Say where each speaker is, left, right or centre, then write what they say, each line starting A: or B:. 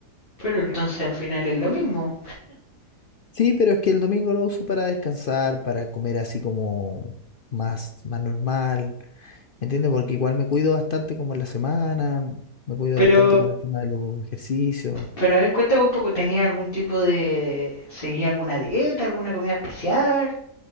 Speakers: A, on the left; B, on the left.
A: Pero entonces al final es lo mismo.
B: Sí, pero es que el domingo lo uso para descansar, para comer así como más, más normal, ¿entiendes? Porque igual me cuido bastante como en la semana, mm, me cuido
A: Pero,
B: bastante con el tema de los ejercicios.
A: pero a ver, cuéntame un poco, ¿tenía algún tipo de... ¿Seguía alguna dieta, alguna comida especial?